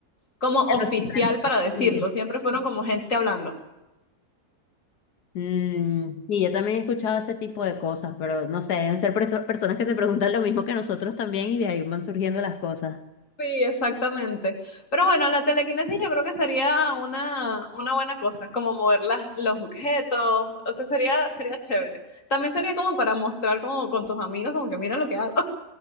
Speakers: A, on the left; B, on the left.
A: como oficial
B: Pero sí está
A: para
B: antiguo.
A: decirlo. Siempre fueron como gente hablando.
B: Mm, y yo también he escuchado ese tipo de cosas, pero no sé, deben ser perso- personas que se preguntan lo mismo que nosotros también y de ahí van surgiendo las cosas.
A: Sí, exactamente. Pero bueno, la telequinesis yo creo que sería una, una buena cosa, como mover las, los objetos, o sea, sería, sería chévere. También sería como para mostrar como con tus amigos, como que mira lo que hago.